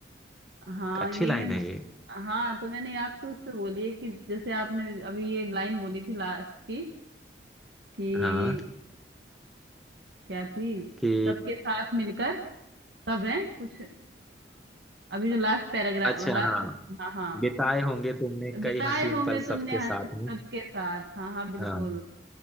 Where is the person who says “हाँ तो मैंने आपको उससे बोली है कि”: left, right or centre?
Right